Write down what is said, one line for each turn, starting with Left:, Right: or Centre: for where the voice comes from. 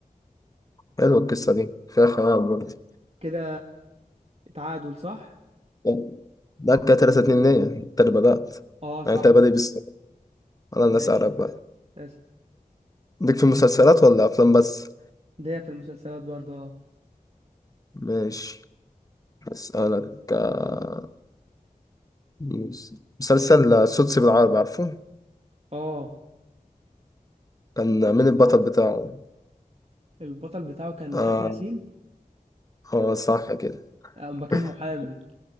Left: حلوه القصه دي فيها خيال برضه
Right: كده تعادل صح
Left: طب، ده كده 3 2 ليه انت اللي بدات
Right: اه صح
Left: يعني انت بادئ بالسؤال انا اللي
Right: ماشي
Left: اسالك بقى
Right: بس
Left: ليك في مسلسلات ولا أفلام بس؟
Right: ده في المسلسلات برضه اه
Left: ماشي أسألك آه، مس- مسلسل سوتسي بالعربي عارفه؟
Right: اه
Left: كان مين البطل بتاعه؟
Right: البطل بتاعه كان
Left: آه
Right: آسر ياسين
Left: هو صح كده
Right: آه، اما كان
Left: <laughs>
Right: محامي